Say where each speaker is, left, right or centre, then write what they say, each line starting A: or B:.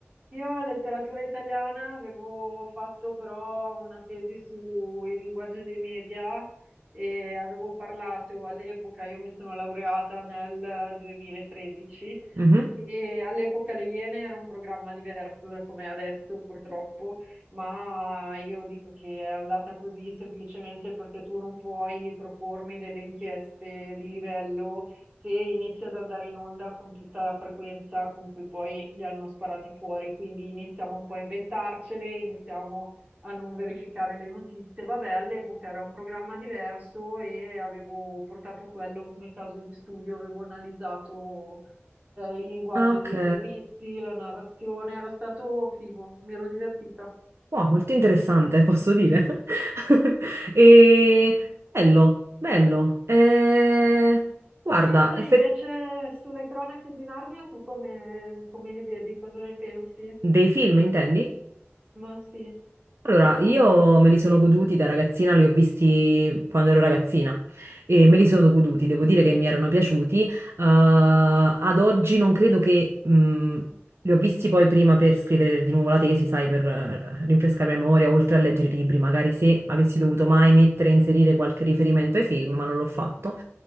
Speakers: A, on the right; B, on the right.
A: Io letteratura italiana avevo fatto però una tesi sui linguaggi dei media e avevo parlato all'epoca, io mi sono laureata nel 2013
B: Mhm.
A: e all'epoca Le Iene era un programma diverso da come è adesso purtroppo, ma io dico che è andata così semplicemente perché tu non puoi propormi delle inchieste di livello se inizia ad andare in onda con tutta la frequenza con cui poi li hanno sparati fuori, quindi iniziamo un po' a inventarcele, iniziamo a non verificare le notizie. Vabbè, all'epoca era un programma diverso e avevo portato quello come caso di studio, avevo analizzato eh, il linguaggio
B: Ah, ok.
A: dei servizi, la narrazione, era stato figo, mi ero divertita.
B: Wow, molto interessante, posso dire. <laughs> E... Bello, bello. Eh, Guarda,
A: Film
B: effe-
A: invece sulle cronache di Narnia, tu come, come li vedi? Cosa ne pensi?
B: dei film, intendi?
A: Ma sì.
B: Allora, io me li sono goduti da ragazzina, li ho visti quando ero ragazzina e me li sono goduti, devo dire che mi erano piaciuti. Eh, ad oggi non credo che... mh, li ho visti poi prima per scrivere di nuovo la tesi, sai, per eh, rinfrescare la memoria, oltre a leggere i libri, magari se avessi dovuto mai mettere, inserire qualche riferimento ai film, ma non l'ho fatto.